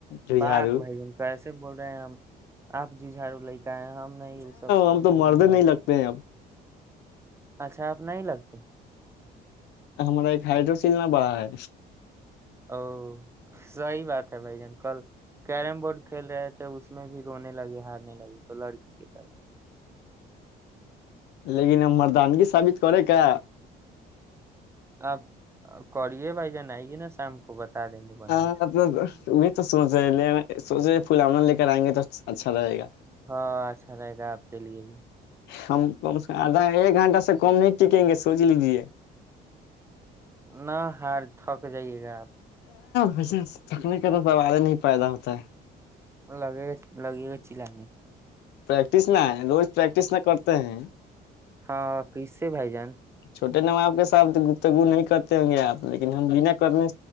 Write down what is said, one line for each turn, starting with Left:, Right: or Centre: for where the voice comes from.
Left: ججھارو
Right: بااک بھائی جن کا ایسے سے بول رہے ہیں ہم آپ ج جھارو ل کہیں ہم نہیں وہ سب کے
Left: ہم تو
Right: پھیر
Left: مردے
Right: میں رہتے
Left: نہیں لگتے
Right: ہیں
Left: اب
Right: اچھا آپ نہیں لگتے
Left: ہمارا ایک ہائڈروسلنا بڑا ہے
Right: او صی بات ہے بھائی جان کل کیرم بورڈ کھیل رہے تھے اس میں بھی رونے لگے ہارنے لگے تو لڑکی کی طرح
Left: لیکن ا مردانگی سثابت کرے کا
Right: آپ کریے بھائی جان آئی گے نا شام کو بتا دیں گے بڑھیا
Left: ہاں میں تو سوج لے سوچے پلاؤون لے کر آئیں گے تو اچھا رہے گا
Right: ہاں اچھا رہے گا آپ کے لیے بھی
Left: ہم کم سے کم آدھا ایک گھنٹہ سے کم نہیں ٹکیں گے سوچ لیجیے
Right: نہ ہار تھک جائیے گا آپ
Left: وے تھکنے کا تو سوار نہیں پیدا ہوتا ہے
Right: لگے گ لگے گئی چ ل نے
Left: پریکٹس نہ ہے روز پریکٹس نہ کرتے ہیں
Right: ہاں کیسے بھائی جان
Left: چھوٹے نواب کے ساتھ گفتگو نہیں کرتے ہوں گے آپ لیکن ہم بنا کرنے